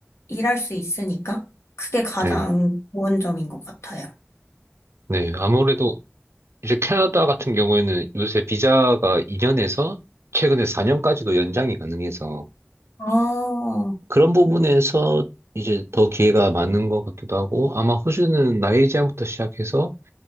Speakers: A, on the left; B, on the right.
A: 일할 수 있으니까 그게 가장
B: 네.
A: 좋은 점인 것 같아요.
B: 네. 아무래도 이제 캐나다 같은 경우에는 요새 비자가 2년에서 최근에 4년까지도 연장이 가능해서
A: 아,
B: 그런 부분에서 이제 더 기회가 많은 것 같기도 하고 아마 호주는 나이 제한부터 시작해서